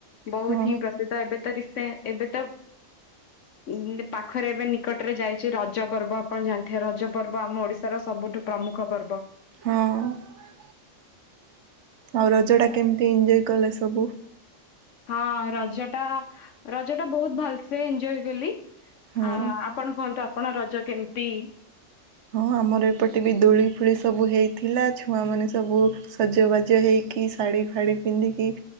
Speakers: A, on the left; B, on the right.
A: ବହୁତ
B: ହଁ
A: ହିଁ ପ୍ରସିଦ୍ଧ ଏବେ ତ ରି ସେ ଏବେ ତ। ଉଁ ପାଖରେ ଏବେ ନିକଟରେ ଯାଇଛି ରଜ ପର୍ବ ଆପଣ ଜାଣିଥିବେ ରଜ ପର୍ବ ଆମ ଓଡିଶା। ଓଡ଼ିଶା ର ସବୁଠୁ ପ୍ରମୁଖ ପର୍ବ ‌।
B: ହଁ। ଆଉ ରଜ ଟା କେମିତି ଏଞ୍ଜଏ କଲେ ସବୁ।
A: ହଁ ରଜ ଟା ରଜ ଟା ବହୁତ ଭଲସେ ଏଞଏ କଲି
B: ହଁ।
A: ଆ। ଆପଣ କୁହନ୍ତୁ ଆପଣ ରଜ କେମିତି।
B: ହଁ ଆମର ଏପଟେ ବି ଦୋଳି ଫୋଳି ସବୁ ହେଇଥିଲା ଛୁଆମାନେ ସବୁ। ସଜବାଜ ହେଇକି ଶାଢ଼ୀ ଫାଢି ପିନ୍ଧିକି।